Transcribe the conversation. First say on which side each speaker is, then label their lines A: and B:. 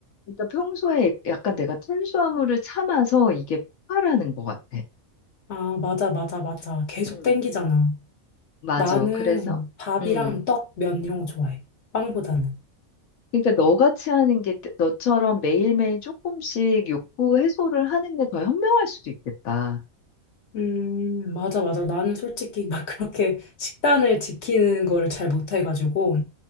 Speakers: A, on the left; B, on the left.
A: 일단 평소에 약간 내가 탄수화물을 참아서 이게 폭발하는 것 같아.
B: 아, 맞아, 맞아, 맞아. 계속
A: 음.
B: 땡기잖아.
A: 맞아.
B: 나는
A: 그래서,
B: 밥이랑
A: 음.
B: 떡, 면 이런 거 좋아해. 빵보다는.
A: 그러니까 너같이 하는 게 너처럼 매일매일 조금씩 욕구 해소를 하는 게 더 현명할 수도 있겠다.
B: 음, 맞아, 맞아. 나는 솔직히 막 <laughs> 그렇게 식단을 지키는 거를 잘 못해가지고.